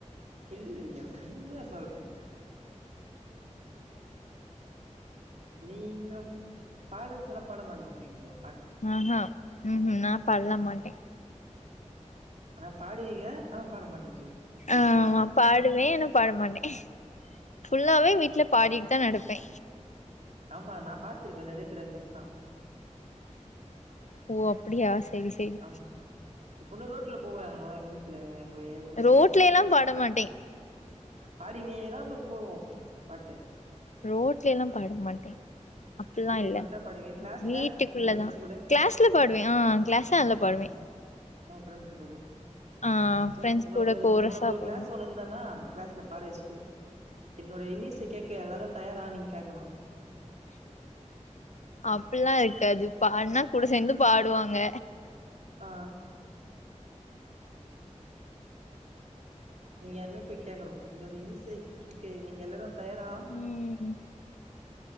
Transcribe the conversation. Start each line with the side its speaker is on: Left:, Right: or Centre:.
Right: இல்ல உண்மையா சொல்றே நீங்க பாடு சொன்னா பாட மாட்றீங்களே
Left: ஆஹா ம்ஹூ நா பாட்லா மாட்டே
Right: ஆனா பாடுவீங்க ஆனா பாட மாட்டேன்றீங்க ரைட்டா
Left: ஆமா பாடுவே ஆனா பாட மாட்டே ஃபுல்லாவே வீட்ல பாடிட் தா நடப்பே
Right: ஆமா நா பாத்திருக்கே நெறைய பேர் அது மாரி தா
Left: ஓ அப்டியா சரி சரி
Right: ஆமா ஒரு பொண்ணு ரோட்ல போவா எங்க எங்க வீட்ல எங்க ஊர்ல
Left: ரோட்ல எல்லா பாட மாட்டே
Right: பாடினே தா பாரு போவோ பாட்டு
Left: ரோட்ல எல்லாம் பாட மாட்டே அப்பிலா
Right: வீட்டுக்கு
Left: இல்ல
Right: வந்ட்டா பாடுவீங்க கிளாஸ்ல
Left: வீட்டுக்குள்ளதா
Right: உங்க ஃப்ரெண்ட்ஸ் கூட
Left: க்ளஸ் துல பாடுவே ஆ க்ளஸ்ல நல்லா பாடுவே
Right: நம்ம ஃப்ரண்ட்ஸ் கூட
Left: ஆ
Right: ச
Left: ஃப்ரெண்ட்ஸ்
Right: உங்கள
Left: கூட
Right: மாரி
Left: கோரஸா
Right: உங்கள மாரி ஒரு
Left: பாடுவோ
Right: க்ளஸ் ஒன்னு இருந்தேனா க்ளஸ் ல பாட வச்ட்டு என்னோட இன்னிசை கேக்க எல்லாரு தயாரா நீங் கேக்கணு
Left: அப்பில்லா இருக்காது பாடுனா கூட சேந்து பாடுவாங்க
Right: ஆ இங்க இருந்து போய் கேக்கணு என்னுடை இன்னிசை கேக்க நீங்க எல்லாரும் தயாரா
Left: ம்